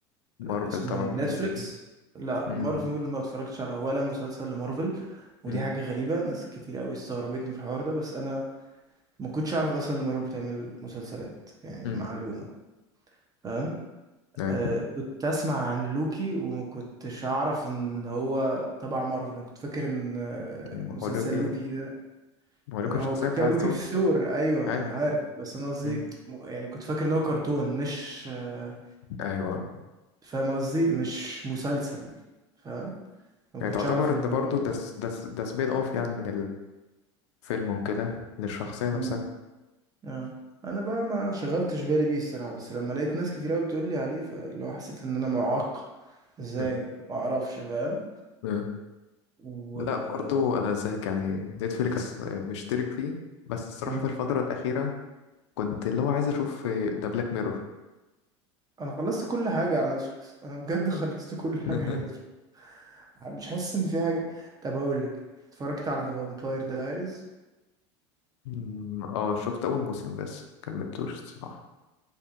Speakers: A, on the left (about 75°); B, on the right (about 25°).
A: مارفل
B: اسمه
A: طبعا
B: إيه نتفليكس
A: حاجات زي دي
B: لأ
A: امم
B: مارفل ما اتفرجتش على ولا مسلسل لمارفل ودي
A: امم
B: حاجة غريبة ناس كتير قوي استغربتني في الحوار ده بس أنا ما كنتش أعرف أصلا إن مارفل بتعمل مسلسلات يعني
A: امم
B: معلومة فاهم
A: ايوه
B: آه، كنت اسمع عن لوكي ومكنتش اعرف ان هو تبع مارفل انا كنت فاكر ان آه،
A: مهولوك
B: مسلسل لوكي ده
A: مهولوك
B: آه،
A: الشخصيه
B: هو كان
A: بتاعته
B: لوكي في ثور ايوه
A: ايوه
B: انا عارف بس انا قصدي
A: امم
B: م- يعني كنت فاكر ان هو كرتون مش آه،
A: ايوه
B: فاهم قصدي مش مسلسل فاهم ما
A: يعني
B: كنتش
A: تعتبر
B: اعرف ان
A: ده برضه
B: هو
A: ده س- ده س- ده سبين اوف يعني من الفيلم وكده للشخصيه نفسها
B: مم. آه. انا بقى ما شغلتش بالي بيه الصراحه بس لما لقيت ناس كتير قوي بتقول لي عليه فاللي هو حسيت ان انا معاق ازاي
A: مم.
B: ما اعرفش فاهم
A: مم.
B: و
A: لا برضه انا زيك يعني نتفليكس مشترك فيه بس الصراحه
B: مم.
A: في الفتره الاخيره كنت اللي هو عايز اشوف ده بلاك ميرور
B: انا خلصت كل حاجه على نتفليكس انا بجد <laughs> خلصت كل حاجه
A: <laughs>
B: على نتفليكس مش حاسس ان في حاجه طب اقول لك اتفرجت على ذا فامباير دايريز
A: مم. اه شفت اول موسم بس كملتوش الصراحه